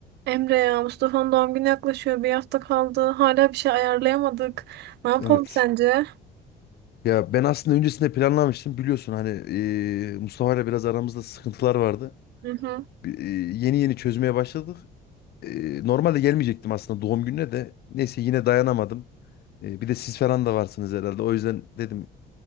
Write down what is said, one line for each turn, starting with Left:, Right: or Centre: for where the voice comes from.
Right: Emre ya Mustafa'nın doğum günü yaklaşıyor. Bir hafta kaldı. Hala bir şey ayarlayamadık. Ne yapalım
Left: Evet.
Right: sence?
Left: Ya ben aslında öncesinde planlamıştım. Biliyorsun hani e, Mustafa ile biraz aramızda sıkıntılar vardı.
Right: Hı hı.
Left: Bir- e, yeni yeni çözmeye başladık. E, normalde gelmeyecektim aslında doğum gününe de. Neyse yine dayanamadım. E, bir de siz falan da varsınız herhalde. O yüzden dedim